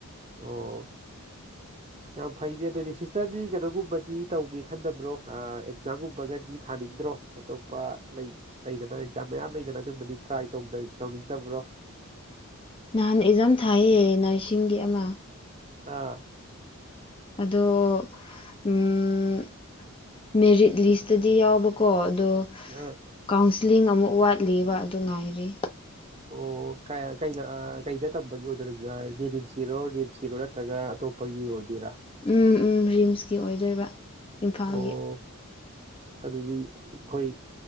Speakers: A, on the right; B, on the left.
A: ꯑꯣ
B: <inaudible>
A: ꯌꯥꯝ ꯐꯩꯅꯦ ꯑꯗꯨꯗꯤ ꯁꯤꯁꯇꯔꯗꯤ ꯀꯩꯅꯣꯒꯨꯝꯕꯗꯤ ꯇꯧꯒꯦ ꯈꯟꯗꯕ꯭ꯔꯣ ꯑꯥ ꯑꯦꯛꯖꯥꯝꯒꯨꯝꯕꯒꯗꯤ ꯊꯥꯅꯤꯡꯗ꯭ꯔꯣ꯫ ꯑꯇꯣꯞꯄ ꯂꯩ ꯂꯩꯗꯅ ꯑꯦꯛꯖꯥꯝ ꯃꯌꯥꯝ ꯂꯩꯗꯅ ꯑꯗꯨꯝꯕꯗꯤ ꯇ꯭ꯔꯥꯏ ꯇꯧꯗ ꯇꯧꯅꯤꯡꯗꯕ꯭ꯔꯣ
B: ꯅꯍꯥꯟ ꯑꯦꯛꯖꯥꯝ ꯊꯥꯏꯌꯦ ꯅꯔꯁꯤꯡꯒꯤ ꯑꯃ
A: ꯑꯥ
B: ꯑꯗꯣ ꯎꯝ ꯃꯦꯔꯤꯠ ꯂꯤꯁꯇꯗꯤ ꯌꯥꯎꯕꯀꯣ ꯑꯗꯣ
A: ꯔꯥ
B: ꯀꯥꯎꯟꯁꯦꯂꯤꯡ ꯑꯃꯨꯛ ꯋꯥꯠꯂꯤꯕ ꯑꯗꯨ ꯉꯥꯏꯔꯤ꯫
A: ꯑꯣ ꯀꯥꯏ ꯀꯩꯗ ꯑꯥ ꯀꯩꯗ ꯇꯝꯕꯒꯤ ꯑꯣꯏꯗꯣꯏꯅꯣ ꯑꯥ ꯖꯤꯅꯤꯝꯁꯀꯤꯔꯣ ꯔꯤꯝꯁꯀꯤꯔꯣ ꯅꯠ ꯇꯗꯥ ꯑꯇꯣꯞꯄꯒꯤ ꯑꯣꯏꯗꯣꯏꯔꯥ
B: ꯎꯝ ꯎꯝ ꯔꯤꯝꯁꯀꯤ ꯑꯣꯏꯗꯣꯏꯕ ꯏꯝꯐꯥꯜꯒꯤ
A: ꯑꯣ ꯑꯗꯨꯗꯤ ꯑꯩꯈꯣꯏ